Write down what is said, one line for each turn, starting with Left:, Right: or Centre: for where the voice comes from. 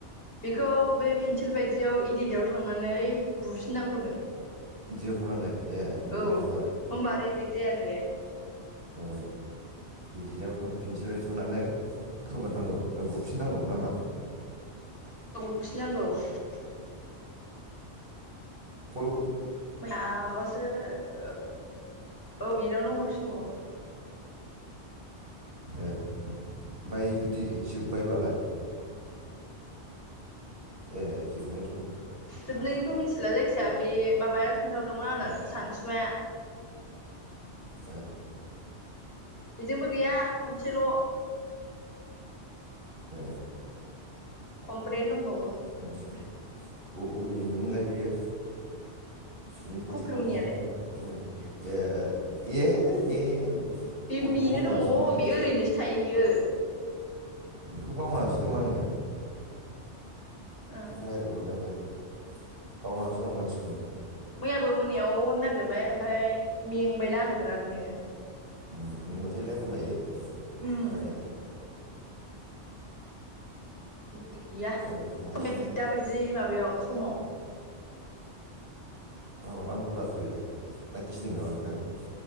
Left: बेखौ बे फेन्सिल बायदियाव इदिटआव थांनानै बुफिननांगौनो
Right: बिदियाव थांनानै ए गोजोननाय
Left: औ
Right: थाबाय
Left: होमबा रेजेक्ट जायानो बे
Right: ओ इदिटाव थां पेन्सिल थांनानै खोमोरनांगौ बुफिननांगौ नामा
Left: <unintelligible>
Right: खल
Left: माया माबासो ओ ओ बेनावनो हरफिन ओ <unintelligible>
Right: ओमफाय जुदि जोबबायबालाय ए जोबनाय
Left: जोबनायखौ मिथिला जायखिया बे माबाया खोन्थाहरदोंमोन आंनो
Right: उम
Left: सानसुमाया
Right: ओ
Left: बेजोंबो गैया खनसेल'
Right: ए
Left: खमब्रैयानो दंबावो
Right: सानसु ओ उरिमोनलाय इयो बबेनि सानसुमाजों
Left: खुख्लुंनियालाय
Right: होनदों होनदों ए ए बे
Left: बे
Right: गथ'खौ
Left: बेनो
Right: बावनासो
Left: दङ'
Right: दं आङो
Left: बे ओरैनोसो थायो बियो
Right: खौ बावनासो दं आङो
Left: ओं
Right: लायराय हरनांगोन बावनासो दं मानसिखौनो
Left: मैयाबो मोनायाव हरनो नागिरबाय ओमफाय मेंबायना आङो बिरादनो
Right: उम मेंबाथाय रायलायनो बायो
Left: उम
Right: जाया
Left: <unintelligible> गैया
Right: दायो हरनांसिगोन नालाय
Left: दाबायदि माबायाव समाव
Right: औ मानो हराखै बेलाय ना गिदों नामा आंखौ